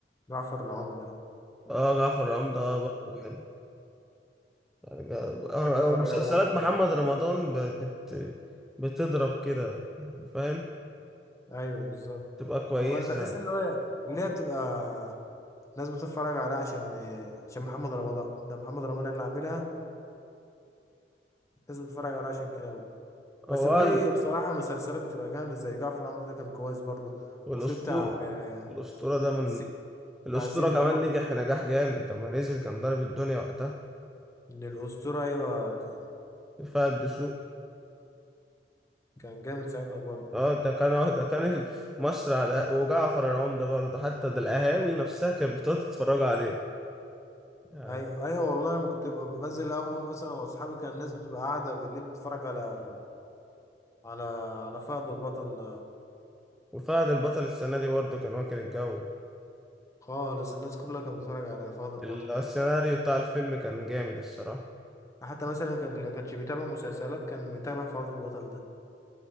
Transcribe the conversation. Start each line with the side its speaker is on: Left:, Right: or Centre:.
Left: جعفر العمدة
Centre: اه جعفر العمدة
Left: جعفر
Centre: اه برضه
Left: العمدة.
Centre: حلو يعني جا- آه
Left: بحب اتفرج
Centre: آه، مسلسلات
Left: عليه قوي
Centre: محمد
Left: برضه
Centre: رمضان ب... بت... بتضرب كده يعني فاهم
Left: ايوه بالظبط
Centre: تبقى كويسة
Left: هو انا بحس اللي هو اللي هي بتبقى لازم تتفرج عليها عشان آه، عشان محمد رمضان ده محمد رمضان اللي عاملها لازم تتفرج عليها عشان كده بس
Centre: هو
Left: في
Centre: قال
Left: بصراحة مسلسلات بتبقى جامدة زي جعفر عمده ده كان كويس برضو
Centre: والأسطورة
Left: وفي بتاع آه،
Centre: الأسطورة ده من
Left: زين
Centre: الأسطورة
Left: بتاع زين
Centre: كمان
Left: ده برضو
Centre: نجح نجاح جامد لما نزل كان ضارب الدنيا وقتها
Left: من الأسطورة أيوة ك-
Centre: رفاعي الدسوقي
Left: كان جامد ساعتها برضو
Centre: اه ده كان اه ده كان ال- مصر على وجعفر العمدة برضه حتى ده القهاوي نفسها كانت بتقعد تتفرج عليه يعني
Left: أيوة أيوة والله لما كنت ب- بنزل قهوة مثلا وأصحابي كان الناس بتبقى قاعدة بالليل بتتفرج على على على فهد البطل
Centre: وفهد البطل السنة دي برضه كان واكل الجو
Left: خالص الناس كلها كانت بتتفرج على فهد البطل
Centre: ال- السيناريو
Left: ده
Centre: بتاع الفيلم كان جامد الصراحة
Left: حتى مثلا كان اللي كانش بيتابع مسلسلات كان متابع فهد البطل ده